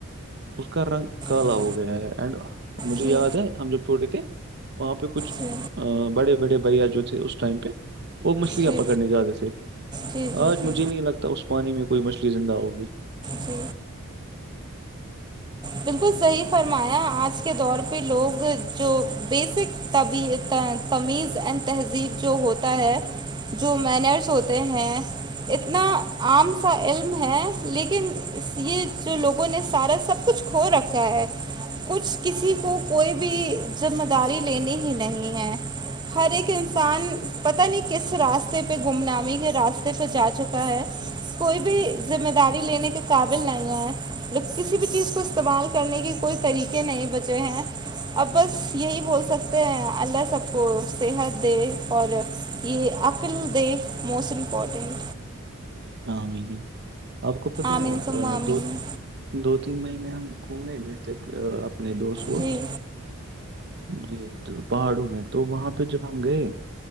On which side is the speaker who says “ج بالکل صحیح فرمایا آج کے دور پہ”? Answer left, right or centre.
Right